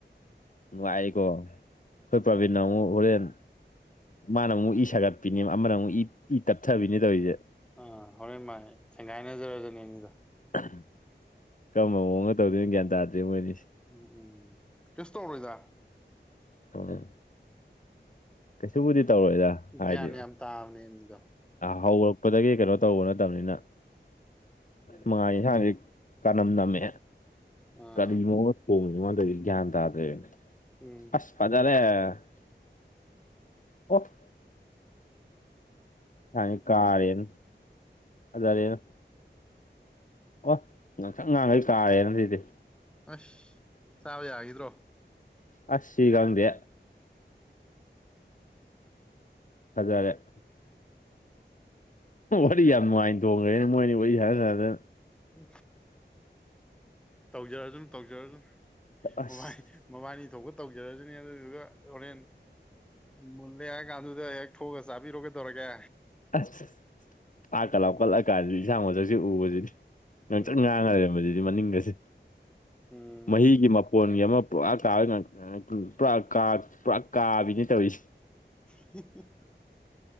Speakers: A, on the left; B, in the centre.
A: ꯅꯨꯡꯉꯥꯏꯀꯣ ꯑꯩꯈꯣꯏ ꯄ꯭ꯔꯕꯤꯟꯗ ꯑꯃꯨꯛ ꯍꯣꯔꯦꯟ ꯃꯥꯅ ꯑꯃꯨꯛ ꯏ ꯁꯥꯒꯠꯄꯤꯅꯤ ꯑꯃꯅ ꯑꯃꯨꯛ ꯏ ꯇꯞꯊꯕꯤꯅꯤ ꯇꯧꯔꯤꯁꯦ
B: ꯑꯥ ꯍꯣꯔꯦꯟ ꯃꯥꯅꯦ ꯁꯦꯡꯒꯥꯏꯅꯖꯔꯁꯨꯅꯦ ꯑꯅꯤꯗꯣ
A: <inaudible> ꯀꯔꯝꯕ ꯃꯑꯣꯡ ꯇꯧꯗꯣꯏꯅ ꯒ꯭ꯌꯥꯟ ꯇꯥꯗ꯭ꯔꯤ ꯃꯣꯏꯅꯤꯁꯤ
B: ꯎꯝ ꯎꯝ ꯀꯁꯨ ꯇꯧꯔꯣꯏꯗ
A: ꯎ ꯀꯩꯁꯨꯕꯨꯗꯤ ꯇꯧꯔꯛꯣꯏꯗ ꯍꯥꯏꯗꯤ
B: ꯒ꯭ꯌꯥꯟ ꯌꯥꯝ ꯇꯥꯕꯅꯦ ꯑꯅꯤꯗꯣ
A: ꯍꯧ ꯀꯄꯗꯒꯤ ꯀꯩꯅꯣ ꯇꯧꯕ ꯅꯠꯇꯕꯅꯤꯅ
B: ꯎꯝ
A: ꯃꯉꯥꯏ ꯌꯦꯟꯁꯥꯡꯁꯤ ꯀꯅꯝ ꯅꯝꯃꯦ
B: ꯑꯥ
A: ꯀꯔꯤꯅꯣꯒ ꯊꯣꯡꯉꯤꯉꯣꯟꯗꯗꯤ ꯒ꯭ꯌꯥꯟ ꯇꯥꯗ꯭ꯔꯦꯅꯦ
B: ꯎꯝ
A: ꯑꯅ ꯑꯣꯐ ꯊꯉ ꯀꯥꯔꯦꯅ ꯑꯔꯦꯅ ꯑꯣ ꯉꯥꯡꯁꯪ ꯉꯥꯡꯈꯩ ꯀꯥꯔꯦꯅ ꯁꯤꯗꯤ
B: ꯑꯁ ꯆꯥꯎꯕ ꯌꯥꯒꯗ꯭ꯔꯣ
A: ꯑꯁꯤꯒꯥꯡꯗꯦ ꯑꯗꯨꯔꯦ ꯋꯥꯔꯤ ꯌꯥꯝ ꯅꯨꯡꯉꯥꯏꯅ ꯇꯣꯡꯈ꯭ꯔꯦꯅꯦ ꯃꯣꯏꯅꯤ ꯋꯥꯔꯤ ꯁꯥꯔ ꯁꯥꯗ
B: ꯎ ꯇꯧꯖꯔꯁꯨꯅ ꯇꯧꯖꯔꯁꯨꯅ
A: ꯑꯁ
B: ꯃꯕꯥꯥꯏ ꯃꯕꯥꯅꯤ ꯊꯣꯛꯄ ꯇꯧꯖꯔꯁꯨꯅꯦ ꯑꯗꯨꯗꯨꯒ ꯍꯣꯔꯦꯟ ꯃꯨꯜꯂꯦ ꯍꯥꯏ ꯀꯥꯟꯗꯨꯗ ꯍꯦꯛ ꯊꯣꯛꯑꯒ ꯆꯥꯕꯤꯔꯣꯒ ꯇꯧꯔꯒꯦ
A: ꯑꯁ ꯊꯥ ꯀꯠꯂꯥꯎꯞ ꯀꯠꯂꯛꯀꯥꯟꯗ ꯌꯦꯟꯁꯥꯡ ꯃꯁꯛꯁꯤ ꯎꯕꯕꯁꯤꯅꯤ ꯅꯪ
B: ꯎꯝ
A: ꯉꯥꯡꯉꯔꯦ ꯃꯗꯨꯗꯤ ꯃꯅꯤꯡꯒꯁꯤ
B: ꯎꯝ
A: ꯃꯍꯤꯒꯤ ꯃ ꯀꯣꯟꯒꯤ ꯑꯃ ꯄꯨꯔꯥ ꯀꯥꯕ ꯄꯨꯔꯥ ꯄꯨꯔꯥ ꯀꯥꯕꯤꯅꯦ ꯇꯧꯔꯤꯁꯦ
B: <inaudible>